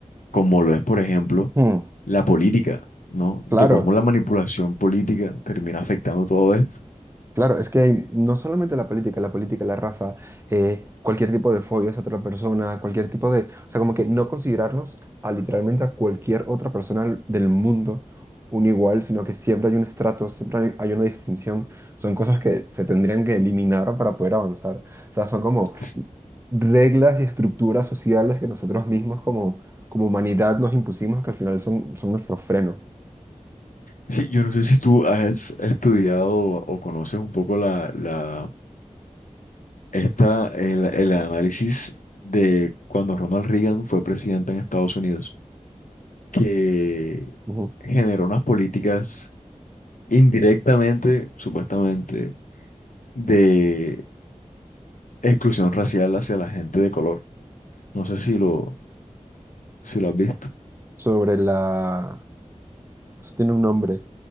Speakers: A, on the left; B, on the right.
A: como lo es, por ejemplo,
B: Mm,
A: la política, ¿no? De
B: claro.
A: cómo la manipulación política termina afectando todo esto.
B: Claro, es que hay no solamente la política, la política, la raza, eh, cualquier tipo de fobia hacia otra persona, cualquier tipo de, o sea, como que no considerarnos a literalmente a cualquier otra persona del mundo un igual, sino que siempre hay un estrato, siempre hay, hay una distinción, son cosas que se tendrían que eliminar para poder avanzar. O sea, son como
A: Es-
B: reglas y estructuras sociales que nosotros mismos como, como humanidad nos impusimos que al final son, son nuestro freno.
A: sí, yo no sé si tú has estudiado o conoces un poco la, la Está el, el análisis de cuando Ronald Reagan fue presidente en Estados Unidos, que
B: Ujú.
A: generó unas políticas indirectamente, supuestamente, de exclusión racial hacia la gente de color. No sé si lo, si lo has visto.
B: Sobre la... Eso tiene un nombre.